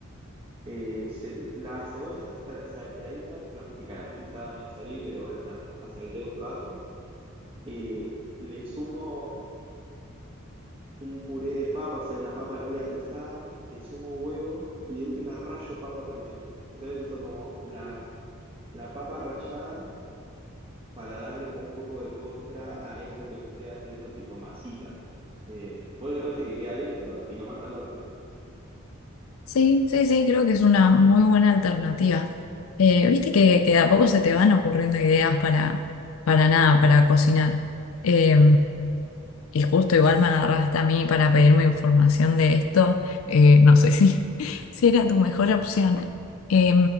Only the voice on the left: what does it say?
Sí, sí, sí, creo que es una muy buena alternativa. Eh, viste que, que de a poco se te van ocurriendo ideas para, para nada, para cocinar. Eh, y justo igual me agarraste a mí para pedirme información de esto. Eh, no sé si, <laughs> si era tu mejor opción. Eh,